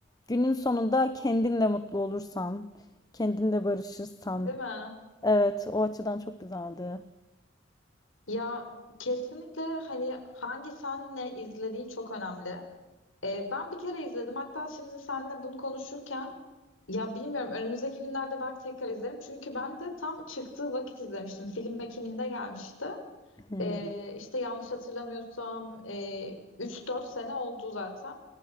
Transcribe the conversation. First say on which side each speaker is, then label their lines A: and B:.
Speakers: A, on the left; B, on the left.
A: Günün sonunda kendinle mutlu olursan, kendinle barışırsan.
B: Değil mi?
A: Evet, o açıdan çok güzeldi.
B: Ya kesinlikle hani hangi senle izlediğin çok önemli. Ee, ben bir kere izledim. Hatta şimdi seninle bunu konuşurken ya bilmiyorum önümüzdeki günlerde belki tekrar izlerim. Çünkü ben de tam çıktığı vakit izlemiştim. Film Ekim'inde gelmişti.
A: Hmm.
B: Ee,
A: Hı
B: işte yanlış hatırlamıyorsam e, 3-4 sene oldu zaten.